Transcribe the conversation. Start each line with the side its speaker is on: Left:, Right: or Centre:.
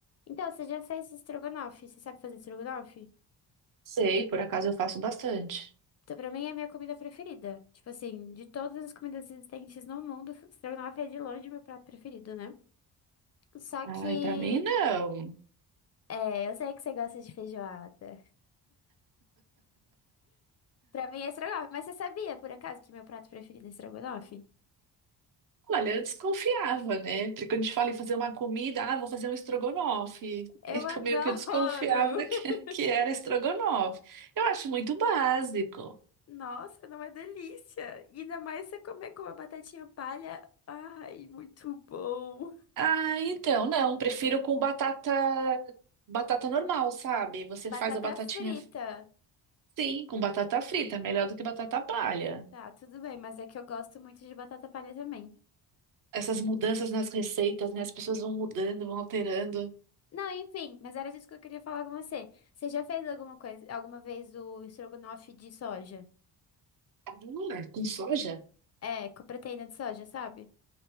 Left: Então, você já fez estrogonofe? Você sabe fazer estrogonofe?
Right: Sei, por acaso eu faço bastante.
Left: Então, pra mim é a minha comida preferida. Tipo assim, de todas as comidas existentes no mundo, <laughs> estrogonofe é de longe meu prato preferido, né? Só
Right: Ai,
Left: que,
Right: pra mim não.
Left: é, eu sei que você gosta de feijoada. Pra mim é estrogonofe, mas você sabia, por acaso, que meu prato preferido é estrogonofe?
Right: Olha, eu desconfiava, né? Porque quando a gente fala em fazer uma comida, ah, vou fazer um estrogonofe. <laughs>
Left: Eu
Right: Então
Left: adoro!
Right: meio que eu desconfiava que,
Left: <laughs>
Right: que era estrogonofe. Eu acho muito básico.
Left: Nossa, não é delícia! E ainda mais você comer com uma batatinha palha. Ai, muito bom!
Right: Ah, então, não, prefiro com batata batata normal, sabe? Você faz
Left: Batata
Right: a batatinha,
Left: frita.
Right: sim, com batata frita, melhor do que batata palha.
Left: Tá, tudo bem, mas é que eu gosto muito de batata palha também.
Right: Essas mudanças nas receitas, né? As pessoas vão mudando, vão alterando.
Left: Não, enfim, mas era disso que eu queria falar com você. Você já fez alguma coisa, alguma vez o estrogonofe de soja?
Right: Hum, com soja?
Left: É, com a proteína de soja, sabe?